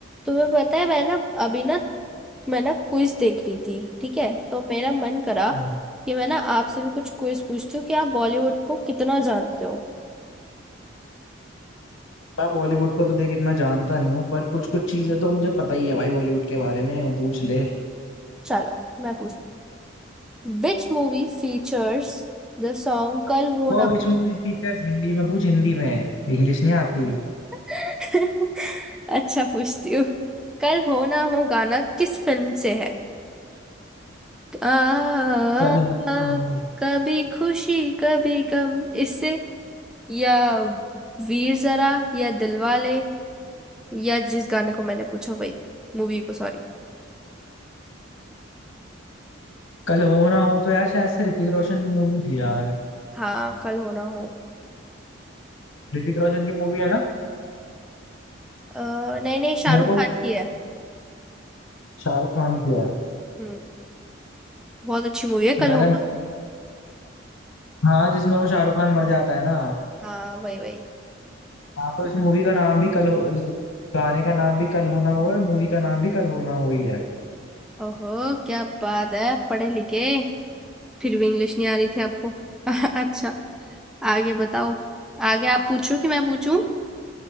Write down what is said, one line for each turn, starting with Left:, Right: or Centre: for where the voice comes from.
Centre: तुम्हें पता है मैं ना अभी ना मैं ना क्विज देख रही थी ठीक है तो मेरा मन करा
Left: हाँ।
Centre: कि मैं ना आपसे भी कुछ क्विज पूछती हूँ कि आप बॉलीवुड को कितना जानते हो
Left: मैं बॉलीवुड को तो देख इतना जानता नहीं हूँ पर कुछ कुछ चीजें तो मुझे पता ही है भाई बॉलीवुड के बारे में पूछ ले
Centre: चलो मैं पूछ which movie features the song Kal Ho
Left: तो
Centre: ना
Left: विच मूवीज टीचर्स हिंदी में पूछ हिंदी में इंग्लिश नहीं आती
Centre: <laughs> अच्छा पूछती हूँ कल हो ना हो गाना किस फिल्म से है आ, आ,
Left: कल हो ना
Centre: आ,
Left: हो-
Centre: कभी खुशी कभी गम इससे या वीर जरा या दिलवाले या जिस गाने को मैंने पूछा वही मूवी को सॉरी
Left: कल हो ना हो तो यार शायद से ऋतिक रोशन की मूवी थी यार
Centre: हाँ कल हो ना हो
Left: ऋतिक रोशन की मूवी है ना
Centre: अ, नहीं नहीं शाहरुख
Left: मेरे को
Centre: खान की है
Left: शाहरुख खान की है
Centre: हम्म बहुत अच्छी मूवी है कल
Left: मैंने
Centre: हो ना हो
Left: हाँ जिसमें वो शाहरुख खान मर जाता है ना
Centre: हाँ वही वही
Left: हाँ तो इस मूवी का नाम भी कल हो इस गाने का नाम भी कल होना हो और मूवी का नाम भी कल होना हो ही है
Centre: ओहो क्या बात है पढ़े लिखे फिर भी इंग्लिश नहीं आ रही थी आपको <laughs> अच्छा आगे बताओ आगे आप पूछो कि मैं पूछूं